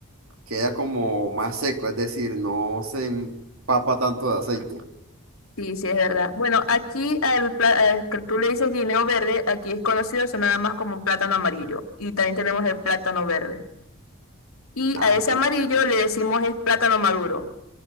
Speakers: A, on the right; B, on the left.
A: queda como más seco, es decir, no se empapa tanto de aceite.
B: Sí, sí, es verdad. Bueno, aquí al pla- al que tú le dices guineo verde, aquí es conocido eso nada más como plátano amarillo. Y también tenemos el plátano verde. Y
A: Ah,
B: a ese
A: ok.
B: amarillo le decimos es plátano maduro.